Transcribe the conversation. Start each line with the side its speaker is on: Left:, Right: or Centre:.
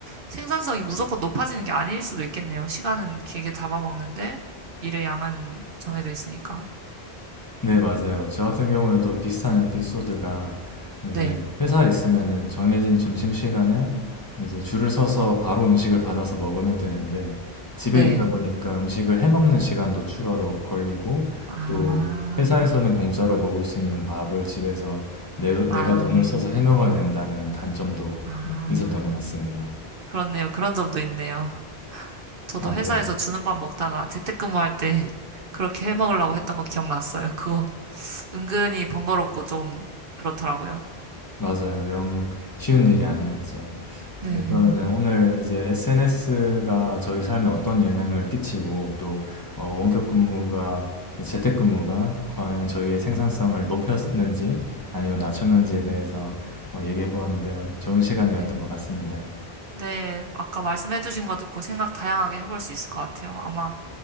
Right: 생산성이 무조건 높아지는 게 아닐 수도 있겠네요. 시간은 길게 잡아먹는데 일의 양은 정해져 있으니까.
Left: 네, 맞아요. 저 같은 경우에도 비슷한 에피소드가 이제
Right: 네,
Left: 회사에 있으면은 정해진 점심시간에 이제 줄을 서서 바로 음식을 받아서 먹으면 되는데 집에
Right: 네.
Left: 있다 보니까 음식을 해먹는 시간도 추가로 걸리고
Right: 아,
Left: 또 회사에서는 공짜로 먹을 수 있는 밥을 집에서 내, 내가
Right: 아,
Left: 돈을 써서 해먹어야 된다는 단점도
Right: 아.
Left: 있었던 것 같습니다.
Right: 그렇네요. 그런 점도 있네요. 저도
Left: 아,
Right: 회사에서
Left: 네.
Right: 주는 밥 먹다가 재택근무할 때 <laughs> 그렇게 해 먹으려고 했던 거 기억났어요. 그거 은근히 번거롭고 좀 그렇더라고요.
Left: 맞아요. 영 쉬운 일이 아니었죠.
Right: 네.
Left: 네, 그러면은 오늘 이제 SNS가 저희 삶에 어떤 영향을 끼치고 또 어, 원격 근무가 재택 근무가 과연 저희의 생산성을 높였는지 아니면 낮췄는지에 대해서 어, 얘기해 보았는데요. 좋은 시간이었던
Right: 네.
Left: 것 같습니다.
Right: 네. 아까 말씀해주신 거 듣고 생각 다양하게 해볼 수 있을 것 같아요. 아마